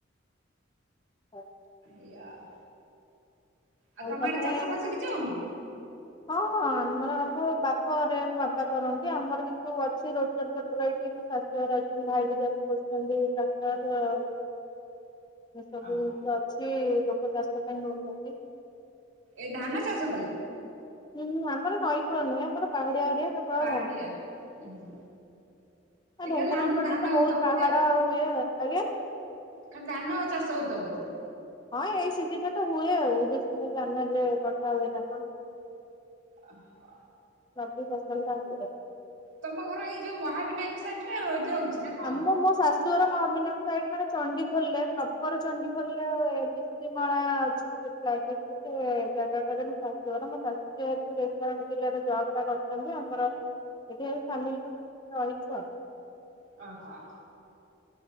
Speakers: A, on the left (about 20°); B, on the right (about 85°).
A: ଅ।
B: ଏଇଆ ଆଉ, ଆଉ
A: ହଉ
B: ତମ
A: ତମେ
B: ଆଡ଼େ ଚାଷ ବାସ କିଛି ହଉନି?
A: ହଁ, ହଁ ଆମର ଆମ ବାପ ଘରେ ମୋ ବାପା କରନ୍ତି, ଆମର କିନ୍ତୁ ଅଛି ରୋଟୋର ଫୋଟୋର ଏଇଠି ସେ ଯାଇଛନ୍ତି। ଭାଇ ବୁଝା ବୁଝି କରୁଛନ୍ତି ଡାକ୍ତର ଆଉ ଏ ସବୁ
B: ଓହୋ
A: ଜିନିଷ ଅଛି ଲୋକ ଚାଷ ପାଇଁ ନଉଛନ୍ତି।
B: ଏ ଧାନ ଚାଷ ଖାଲି।
A: ହୁଁ ଆମର ନଈକୂଳ ନୁହେଁ ଆମର ପାହାଡିଆ ଏରିଆ କେବଳ
B: ପାହାଡିଆ
A: ଧାନ।
B: ହୁଁ। ହୁଁ।
A: ଏ ଢେଙ୍କାନାଳପଟରେ
B: ଖାଲି ଧାନ ଧାନ
A: ତ
B: ହଉଥିବ
A: ବହୁତ
B: ବୋଧେ
A: ପାହାଡ ଆଉ ଇଏ ଆଜ୍ଞା
B: ଖାଲି ଧାନ ଚାଷ ହଉଥବ ବୋଧେ।
A: ହଁ ଏଇ ସିଜିନି ରେ ତ ହୁଏ ଆଉ ଡିସେମ୍ବର ଜାନୁୟାରୀ ରେ କଟା ହୁଏ ଧାନ।
B: ଅ ହ।
A: ରବି ଫସଲ ଟା <unintelligible>
B: ତମ ଘର ଏଇ ଯୋଉ ମହାବିନାୟକ ସାଇଟ୍ ରେ ଯାଉଚି ନା? କଣ?
A: ଆମ ମୋ ଶାଶ୍ ସୋର ମହବିନାୟକ ସାଇଡ଼୍ ମାନେ ଚଣ୍ଡି ଖୋଲରେ ପ୍ରପର ଚଣ୍ଡି ଖୋଲର ନିଶିମାଳା ଅଛି। ସେତ୍ ଲାଗିଚି। ସେ ଜାଗାଟାରେ ମୋ ଶାଶୁ ଘର ମୋ ଶାଶୁ ଯେହେତୁ ଢେଙ୍କାନାଳ ଜିଲ୍ଲାରେ ଜବ୍ ଟା କରିଛନ୍ତି ଆମର ଏଠି ଆଉ ଫ୍ୟାମିଲ ସବୁ ରହିଚୁ ଆଉ।
B: ଅ ହ।